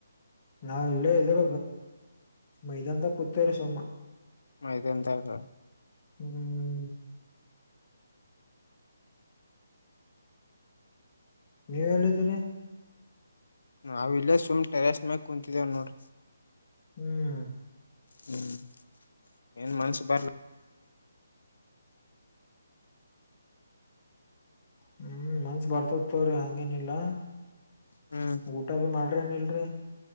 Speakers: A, on the left (about 25°); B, on the left (about 70°).
A: ನಾವ್ ಇಲ್ಲೇ ಇದ್ರ ಮೈದಂತ ಕೂತ್ವ್ರ ಸುಮ್ಮ
B: ಮದ ಎಂತಾಗ
A: ಹ್ಮ್ ನೀವ್ ಹೇಳಿದೀರಿ
B: ನಾವ ಇಲ್ಲೇ ಸುಮ್ ಟೆರಸ್ ಮ್ಯ ಕುೂಂತಿದ್ದೇವ ನೋಡ್ರಿ
A: ಹ್ಮ್
B: ಹ್ಮ್ ಏನ್ ಮನ್ಸು ಬರ್
A: ಹ್ಮ್ ಮನ್ಸ ಬರ್ತತವ್ರಿ ಹಂಗೇನಿಲ್ಲ
B: ಹ್ಮ್
A: ಊಟ ಭ ಮಾಡ ನ್ ಇಲ್ರರಿ